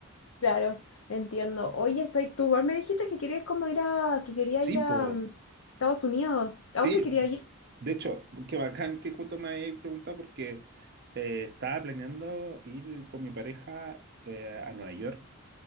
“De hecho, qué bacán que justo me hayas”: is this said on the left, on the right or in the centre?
Right